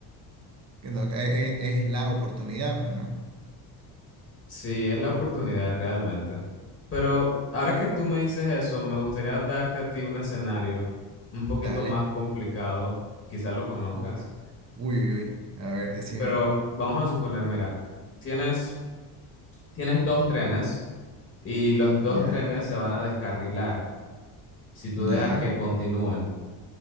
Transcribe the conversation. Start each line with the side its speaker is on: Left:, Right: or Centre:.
Right: Que no, e- e- es, la oportunidad, pues, ¿no?
Left: Sí, es la oportunidad realmente. Pero ahora que tú me dices eso, me gustaría darte a ti un escenario un poquito
Right: Dale.
Left: más complicado, quizás lo conozcas,
Right: Uf. Uy, uy, uy. A ver, decime.
Left: pero vamos a suponer, mira, tienes, tienes dos trenes y los dos
Right: Ya,
Left: trenes se van a descarrilar si tú dejas
Right: ya,
Left: que continúen,